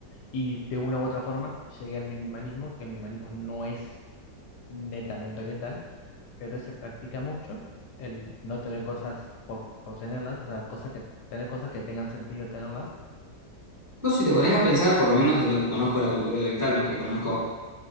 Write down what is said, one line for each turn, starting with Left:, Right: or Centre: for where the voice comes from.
Left: y de una u otra forma llegué al minimalismo, que el minimalismo no es netamente oriental, pero se practica mucho el no tener cosas por, por tenerlas, o sea, cosas que, tener cosas que tengan sentido tenerlas,
Right: Vos si te pones a pensar, por lo menos de lo que conozco de la cultura oriental, no es que conozco